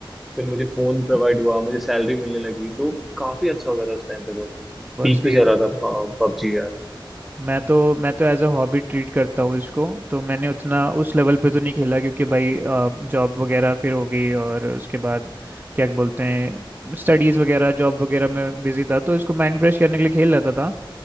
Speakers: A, in the centre; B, on the right.
A: फिर मुझे फोन प्रोवाइड हुआ मुझे सैलरी मिलने लगी तो काफी अच्छा हो गया था उस टाइम पे तो
B: बहुत
A: पीक
B: सही
A: पे चल
B: है
A: रहा था पबजी यार
B: मैं तो मैं तो एज अ हॉबी ट्रीट करता हूँ इसको तो मैंने उतना उस लेवल पे तो नहीं खेला क्योंकि भाई जॉब वगैरह फिर हो गई और उसके बाद क्या बोलते हैं स्टडीज़ वगैरह जॉब वगैरह में बिजी था तो इसको माइंड फ्रेश करने के लिए खेल लेता था